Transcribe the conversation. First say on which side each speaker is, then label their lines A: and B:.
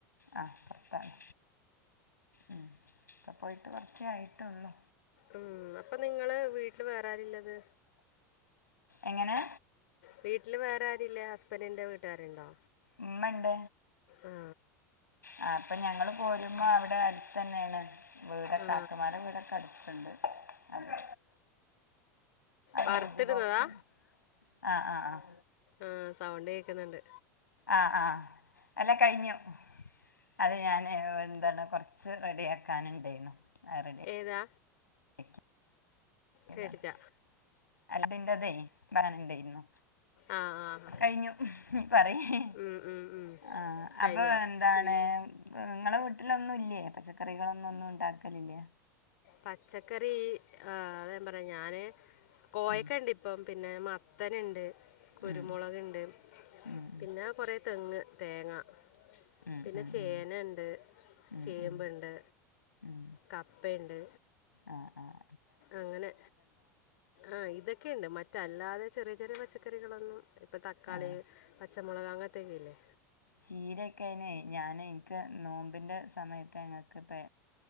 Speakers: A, on the left; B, on the left.
A: ആഹ് പൊറത്താണ് ഉം ഇപ്പോ പോയിട്ട് കൊറച്ചേ ആയിട്ടുള്ളൂ
B: ഉം അപ്പൊ നിങ്ങള് വീട്ടില് വേറെ ആരാള്ളത്
A: എങ്ങനെ
B: വീട്ടില് വേറെ ആരുല്ലേ ഹസ്ബന്റിന്റെ വീട്ടുകാരുണ്ടോ
A: ഇമ്മണ്ട്
B: ആ
A: ആഹ് അപ്പൊ ഞങ്ങള് പോരുമ്പോ അവിടെ അടുത്ത് തന്നെയാണ് വീട് ഒക്കെ
B: ആ
A: കാക്കമാരെ വീടൊക്കെ അടുത്തുണ്ട് അത്
B: വറുത്തിടുന്നതാ
A: ലഞ്ച് ബോക്സ് ആഹ് ആഹ് ആഹ്
B: ആഹ് സൗണ്ട് കേൾക്കുന്നുണ്ട്
A: ആഹ് ആഹ് അല്ല കഴിഞ്ഞു അത് ഞാൻ എന്താണ് കുറച്ച് റെഡിയാക്കാൻ ഉണ്ടായിന്നു അത് റെഡി
B: ഏതാ
A: <unintelligible>
B: കേട്ടില്ല
A: ഇണ്ടെയ്ന്നു
B: ആ ആ ആ.
A: കഴിഞ്ഞു പറയ്
B: ഉം ഉം ഉം
A: ആഹ്
B: കഴിഞ്ഞോ
A: അപ്പൊ എന്താണ്
B: ഉം
A: ഇങ്ങളെ വീട്ടിലൊന്നും ഇല്ലേ പച്ചക്ക റികളൊന്നൊന്നും ഉണ്ടാക്കലില്ലോ
B: പച്ചക്കറി ആഹ് അതാ ഞാൻ പറയാ ഞാന് കോയക്കണ്ട്
A: ഉം,
B: ഇ ഇപ്പം പിന്നെ മത്തന്ണ്ട് കുരുമുളകുണ്ട്
A: ഉം, ഉം,
B: പിന്നെ കൊറെ തെങ്ങ് തേങ്ങ
A: ഉം,
B: പിന്നെ
A: ഉം,
B: ചേനണ്ട്
A: ഉം, ഉം,
B: ചേമ്പ്ണ്ട്
A: ഉം, ഉം
B: കപ്പയിണ്ട്
A: ആഹ് ആഹ്
B: അങ്ങനെ ആ ഇതൊക്കെയുണ്ട് മറ്റല്ലാതെ ചെറിയ ചെറിയ പച്ചക്കറികളൊന്നും ഇപ്പൊ തക്കാളി
A: ആ
B: പച്ചമുളക് അങ്ങനത്തെക്കെല്ലേ
A: ചീര ക്കെ അയ്ന് ഞാൻ എനിക്ക് നോമ്പിൻ്റെ സമയത്ത് ഞങ്ങൾക്ക് പെ